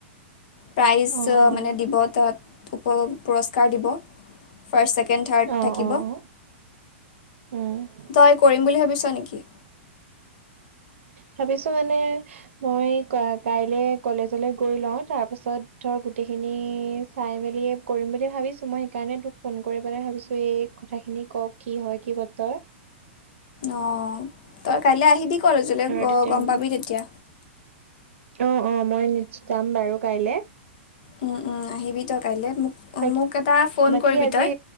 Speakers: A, on the left; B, on the right.
A: প্ৰাইজ
B: অ', অ',
A: মানে দিব তাত পুৰস্কাৰ দিব ফাৰ্ষ্ট চেকেণ্ড ছেকেণ্ড থাৰ্ড
B: অ',
A: থাকিব
B: অ', অ', উম।
A: তই কৰিম বুলি ভাবিছ নেকি
B: ভাবিছো মানে মই কাইলে কলেজলে গৈ লওঁ তাৰ পাছত ধৰ গোটেইখিনি চাই মেলি কৰিম বুলি ভাবিছোঁ মই সেইকাৰণে তোক ফোন কৰি পেলাই ভাবিছো এই কথাখিনি তুনি কওক কি হয় কি বতৰ
A: অ ত কাইলৈ আহিবি কলেজ লৈ
B: ধৰ তেতিয়া
A: গম
B: মই-
A: পাবি তেতিয়া
B: অ অ মই যাম বাৰু কাইলে
A: উম উম আহিবি তই কাইলৈ মোক
B: বাকী
A: মোক এটা ফোন
B: বাকী
A: কৰিবি
B: আজি
A: তই